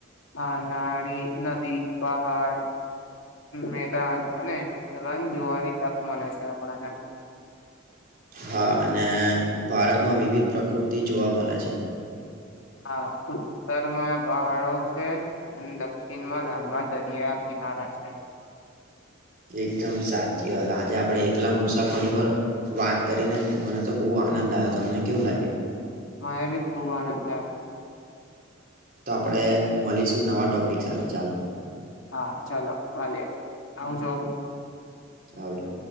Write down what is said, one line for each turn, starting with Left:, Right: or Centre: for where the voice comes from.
Left: હા નાડીી નદી પહાડ મેદાન અને રન જોવાની તક મળે છે આપણને
Right: હા અને ભારતમાં વિવિધ પ્રકૃતિ જોવા મળે છે
Left: હા ઉત્તરમાં બહાડો છે અને દક્ષિણ માં લાંબા દરિયા કિનારા છે
Right: એકદમ સાચી વાત આજે આપડે એકલા મુસા ફરીવાર વાત કરીને મને તો બહુ આનંદ આવ્યો તમને કેવું લાગ્યું
Left: માયા બી ખૂબ આનંદ આવ્યો
Right: તો આપડે મળીશું નવા ટોપિક સાથે ચાલો
Left: હા ચલોો વાલી આવજો
Right: આવજો